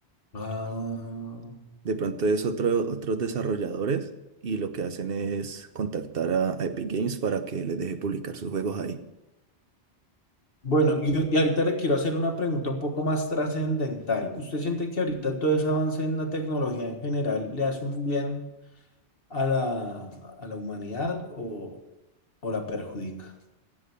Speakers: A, on the left; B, on the right.
A: Ah,
B: De pronto es otro, otros desarrolladores y lo que hacen es contactar a, a Epic Games para que les deje publicar sus juegos ahí.
A: Bueno, y, y ahorita le quiero hacer una pregunta un poco más trascendental. ¿Usted siente que ahorita todo ese avance en la tecnología en general le hace un bien a la, a la humanidad o, o la perjudica?